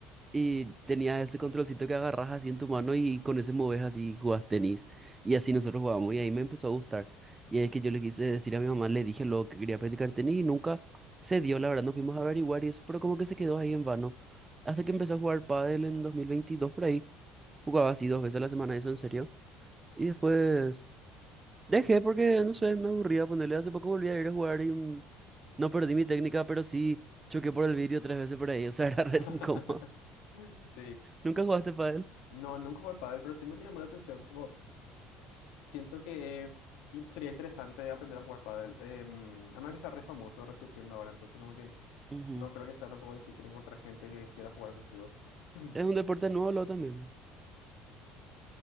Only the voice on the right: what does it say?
y tenía ese controlcito que agarras así en tu mano y con ese moves así y jugás tenis. Y así nosotros jugábamos y ahí me empezó a gustar. Y es que yo le quise decir a mi mamá, le dije lo que quería practicar tenis y nunca se dio, la verdad, nos fuimos a averiguar y eso, pero como que se quedó ahí en vano. Hasta que empecé a jugar pádel en 2022 por ahí, jugaba así dos veces a la semana, eso en serio. Y después... Dejé porque, no sé, me aburría ponerle. Hace poco volví a ir a jugar y mm, no perdí mi técnica, pero sí choqué por el vidrio tres veces por ahí. O sea, <laughs> era re
incómodo.
¿Nunca jugaste pádel?
Ujú.
Es un deporte nuevo, lo también.